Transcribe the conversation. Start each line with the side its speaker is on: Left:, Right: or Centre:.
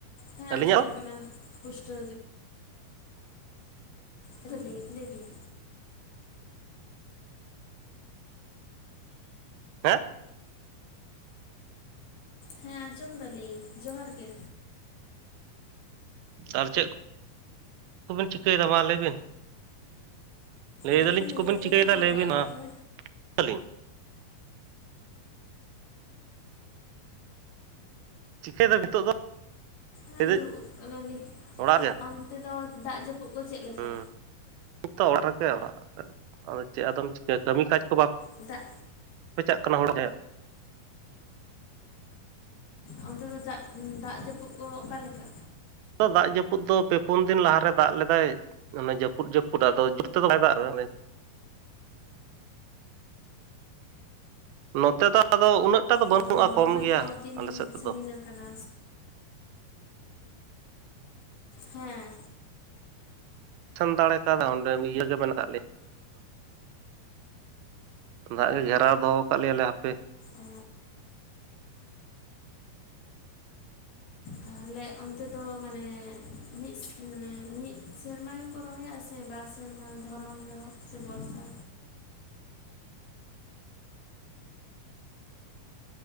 Left: ᱦᱮᱸ
Right: ᱟᱹᱞᱤᱧᱟᱜ
Left: ᱟᱸᱡᱚᱢᱚᱜ
Right: ᱦᱚᱸ?
Left: ᱠᱟᱱᱟ ᱯᱩᱥᱴᱟᱹᱣ ᱜᱮ᱾ <inaudible> ᱞᱟᱹᱭ ᱵᱤᱱ᱾
Right: ᱦᱮᱸ!
Left: ᱦᱮᱸ ᱟᱸᱡᱚᱢ ᱫᱟᱞᱤᱧ ᱡᱚᱦᱟᱨ ᱜᱮ᱾
Right: ᱟᱨ ᱪᱮᱫ ᱠᱚᱵᱤᱱ ᱪᱤᱠᱟᱹᱭᱮᱫᱟ ᱢᱟ ᱞᱟᱹᱭ ᱵᱤᱱ? ᱞᱟᱹᱭᱮᱫᱟᱞᱤᱧ
Left: ᱟᱫᱚ
Right: ᱪᱮᱜ
Left: ᱱᱤᱭᱟᱹ
Right: ᱠᱚᱵᱤᱱ
Left: ᱜᱷᱟᱹᱲᱤᱡ
Right: ᱪᱤᱠᱟᱹᱭᱮᱫᱟ
Left: ᱫᱚ
Right: ᱞᱟᱹᱭ
Left: ᱚᱲᱟᱜ
Right: ᱵᱤᱱ
Left: ᱨᱮᱜᱮ
Right: <inaudible> ᱪᱤᱠᱟᱹᱭ ᱫᱟᱢ ᱱᱤᱛᱚᱜ ᱫᱚ?
Left: ᱦᱮᱸ
Right: ᱞᱟᱹᱭᱫᱟᱹᱧ
Left: ᱫᱩᱲᱩᱵ ᱠᱟᱱᱟᱞᱤᱧ,
Right: ᱚᱲᱟᱜ ᱨᱮ
Left: ᱚᱱᱛᱮ ᱫᱚ ᱫᱟᱜ ᱡᱟᱹᱯᱩᱜ ᱠᱚ ᱪᱮᱫ ᱞᱮᱠᱟ?
Right: ᱦᱩᱸ <inaudible> ᱛᱚ ᱚᱲᱟᱜ ᱨᱮᱜᱮ ᱚᱲᱟᱜ <inaudible> ᱟᱫᱚ ᱪᱮᱫ ᱟᱫᱚᱢ ᱪᱤᱠᱟᱹᱭᱟ ᱠᱟᱹᱢᱤ ᱠᱟᱡᱽ ᱠᱚ ᱵᱟᱢ
Left: ᱪᱮᱫᱟᱜ᱾
Right: ᱵᱟᱯᱮ ᱪᱟᱜ ᱠᱟᱱᱟ <inaudible>
Left: ᱚᱱᱛᱮ ᱫᱟᱜ ᱩᱸ ᱫᱟᱜ ᱡᱟᱹᱯᱩᱫ ᱠᱚ ᱚᱠᱟ ᱞᱮᱠᱟ?
Right: ᱛᱚ ᱫᱟᱜ ᱡᱟᱹᱯᱩᱫ ᱫᱚ ᱯᱮ ᱯᱩᱱ ᱫᱤᱱ ᱞᱟᱦᱟᱨᱮ ᱫᱟᱜ ᱞᱮᱫᱟᱭ, ᱚᱱᱮ ᱡᱟᱹᱯᱩᱫ ᱡᱟᱹᱯᱩᱫ ᱟᱫᱚ ᱡᱩᱨ ᱛᱮᱫᱚ ᱵᱟᱭ ᱫᱟᱜ ᱮᱫᱟ <inaudible> ᱱᱚᱛᱮ ᱫᱚ ᱟᱫᱚ ᱩᱱᱟᱹᱜ ᱴᱟᱜ ᱫᱚ ᱵᱟᱹᱱᱩᱜ-ᱟ
Left: ᱟᱫᱚ
Right: ᱠᱚᱢ
Left: ᱨᱚᱦᱚᱭ
Right: ᱜᱮᱭᱟ,
Left: ᱠᱚ ᱛᱤᱱ
Right: ᱟᱞᱮ ᱥᱮᱫ
Left: ᱥᱟᱺᱜᱤᱧ
Right: ᱫᱚ᱾
Left: ᱟᱠᱟᱱᱟ ᱦᱮᱸ᱾
Right: ᱴᱷᱮᱱ ᱫᱟᱲᱮ ᱛᱟᱦᱚᱞᱮ ᱚᱸᱰᱮ ᱤᱭᱟᱹ ᱜᱮ <inaudible> ᱵᱟᱹᱱᱩᱜ-ᱟ᱾ ᱫᱟᱜ ᱜᱮ ᱜᱷᱮᱨᱟᱣ ᱫᱚᱦᱚ ᱠᱟᱜ ᱞᱮᱭᱟᱞᱮ ᱦᱟᱯᱮ,
Left: ᱚ ᱛᱟᱦᱚᱞᱮ ᱚᱱᱛᱮ ᱫᱚ ᱢᱟᱱᱮ, ᱢᱤᱫ ᱢᱟᱱᱮ ᱢᱤᱫ ᱥᱮᱨᱢᱟ ᱠᱚ ᱨᱚᱦᱚᱭᱟ ᱥᱮ ᱵᱟᱨ ᱥᱮᱨᱢᱟ ᱫᱷᱚᱨᱚᱱ ᱨᱮᱦᱚᱸ ᱥᱮ ᱵᱚᱨᱥᱟ